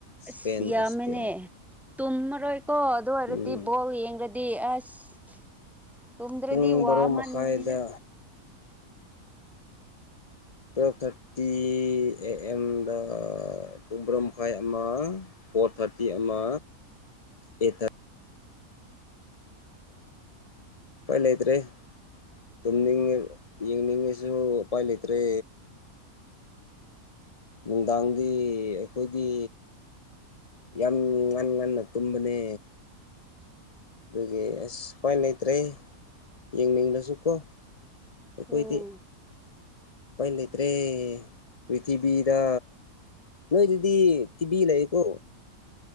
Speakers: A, on the left (about 35°); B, in the centre.
A: ꯁ꯭ꯄꯦꯟ
B: ꯑꯁ ꯌꯥꯝꯃꯦꯅꯦ
A: ꯑꯁꯇ꯭ꯔꯤꯌꯥ
B: ꯇꯨꯝꯃꯔꯣꯏꯀꯣ ꯑꯗꯨ ꯑꯣꯏꯔꯗꯤ
A: ꯎꯝ
B: ꯕꯣ ꯌꯦꯡ꯭ꯔꯗꯤ ꯗꯤ ꯑꯁ ꯇꯣꯗ꯭ꯔꯗꯤ
A: ꯄꯨꯡ
B: ꯋꯥ
A: ꯕꯥꯔꯣ
B: ꯃꯥꯅꯤꯒꯅꯤ
A: ꯃꯈꯥꯏꯗ
B: ꯏꯗꯔ
A: ꯇꯨꯌꯦꯜꯚ ꯊꯥꯔꯇꯤ ꯑꯦ ꯑꯗ ꯎꯕ꯭ꯔꯝ ꯐꯥꯏ ꯑꯃ ꯐꯣꯔ ꯊꯥꯔꯇꯤ ꯑꯃ ꯑꯩꯠ ꯊꯥꯔ ꯄꯣꯏꯂꯗ꯭ꯔꯤ ꯇꯨꯝꯅꯤꯡꯉꯤ
B: ꯎꯝ
A: ꯌꯦꯡꯅꯤꯡꯉꯤꯁꯨ ꯎꯄꯥꯏ ꯂꯩꯇ꯭ꯔꯦ ꯅꯨꯡꯗꯥꯡꯗꯤ ꯑꯩꯈꯣꯏꯗꯤ ꯌꯥꯝ ꯉꯟꯅ ꯉꯟꯅ ꯇꯨꯝꯕꯅꯦ ꯑꯗꯨꯒꯤ ꯑꯁ ꯁꯃꯥꯏ ꯂꯩꯇ꯭ꯔꯦ ꯌꯦꯡꯅꯤꯡꯂꯁꯨ ꯀꯣ ꯀꯀꯣꯏꯗꯤ
B: ꯎꯝ
A: ꯂꯩꯇ꯭ꯔꯦ ꯄ꯭ꯔꯤꯊꯤꯕꯤꯗ ꯅꯣꯏꯤꯗꯤ ꯇꯤꯕꯤꯤ ꯂꯩꯀꯣ